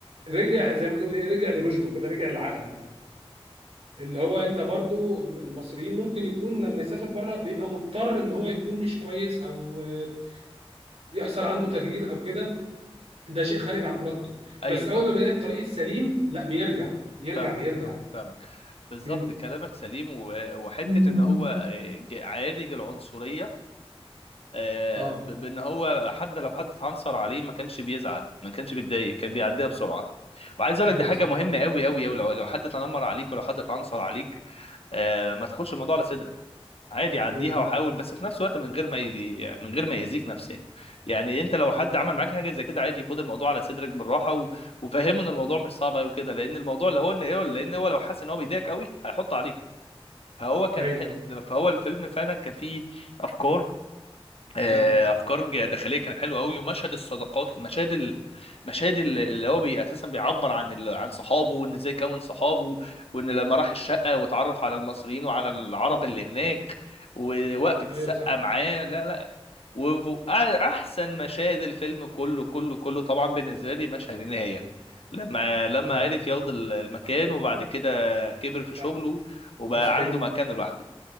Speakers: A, on the right; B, on the left.
A: رجع زي ما بيقولوا ايه رجع لرشده كده رجع لعقله اللي هو انت برضو المصريين ممكن يكون لما يسافر بره بيبقى مضطر ان هو يكون مش كويس او آه، يحصل عنده تغيير او كده ده شيء خارج عن ارادته
B: ايوه
A: بس
B: فاهم
A: اول ما بيلاقي الطريق السليم لا بيرجع بيرجع
B: فاهمك
A: بيرجع
B: فاهم فاهمك بالظبط
A: مم.
B: كلامك سليم و- وحته
A: مم.
B: ان هو آه، ج- عالج العنصريه آه،
A: اه
B: ب- بان هو حد لو حد اتعنصر عليه ما كانش بيزعل ما كانش بيتضايق كان بيعديها بسرعه وعايز اقول
A: ايوه
B: لك دي حاجه
A: صح
B: مهمه قوي قوي قوي لو لو حد تنمر عليك ولو حد اتعنصر عليك آه، ما تاخدش الموضوع على صدرك عادي عديها
A: مم.
B: وحاول بس في نفس الوقت من غير ما يدي من غير ما يأذيك نفسيا يعني انت لو حد
A: مم.
B: عمل معاك حاجه زي كده عادي خد الموضوع على صدرك بالراحه و... وفهمه ان الموضوع مش صعب قوي كده لان الموضوع لو هو ان ايه لان
A: مم.
B: هو لو حس ان هو بيضايقك قوي هيحط عليك فهو كان
A: ايوه
B: ح...
A: ايوه
B: فهو الفيلم فعلا كان فيه افكار آه،
A: مم.
B: افكار ج- داخليه كانت حلوه قوي ومشهد الصداقات مشاهد ال- مشاهد ال- اللي هو بي اساسا بيعبر عن ال... عن صحابه وان ازاي كون صحابه وان لما راح الشقه وتعرف على المصريين وعلى العرب اللي هناك ووقفه
A: ايوه
B: السقه
A: صح
B: معاه لا لا واحسن مشاهد الفيلم كله كله كله طبعا بالنسبه لي مشهد النهايه لما لما
A: اه
B: عرف ياخد ال- المكان وبعد كده كبر في
A: صح
B: شغله وبقى
A: مسكنين
B: عنده مكان لوحده